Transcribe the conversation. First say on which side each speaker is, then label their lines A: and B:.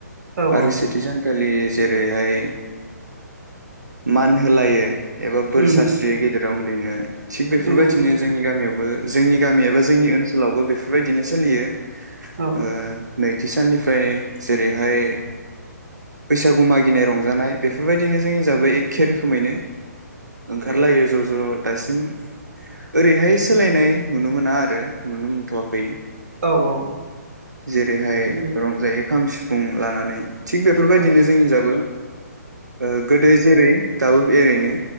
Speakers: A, on the right (about 50°); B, on the right (about 85°).
A: औ
B: आरो
A: औ
B: सेथि सानखालि जेरैहाय मान होलायो एबा बोर
A: उम
B: सारस्रि गेजेराव ओरैनो थिग बेफोरबायदिनो
A: नंगौ
B: जोंनि गामियावबो जोंनि गामि एबा जोंनि ओनसोल लावबो बेफोरबायदिनो सोलियो
A: औ
B: ओ नै साननि ओमफ्राय जेरैहाय बैसागु मागिनाय रंजानाय बेफोरबायदिनो जोंनि जाबै एखे रोखोमैनो ओंखारलायो ज' ज' दासिम ओरैहाय सोलायनाय नुनो मोना आरो नुनो मोनथ'वाखै
A: औ औ
B: जेरैहाय
A: नंगौ
B: रंजायो खाम सिफुं लानानै थिग बेफोरबायदिनो
A: औ
B: जोंनि जाबो ओ गोदो जेरै दाबो एरैनो